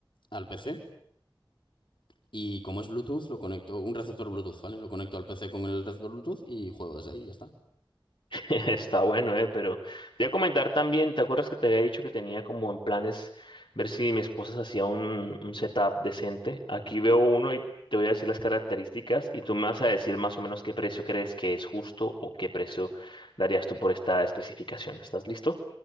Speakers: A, on the left; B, on the left.
A: al PC. Y como es Bluetooth, lo conecto, un receptor Bluetooth, ¿vale? Lo conecto al PC con el receptor Bluetooth y juego desde ahí, ya está.
B: <laughs> Está bueno, ¿eh? Pero te voy a comentar también, ¿te acuerdas que te había dicho que tenía como en planes ver si mi esposa se hacía un, un setup decente? Aquí veo uno y te voy a decir las características y tú me vas a decir más o menos qué precio crees que es justo o qué precio darías tú por esta especificación. ¿Estás listo?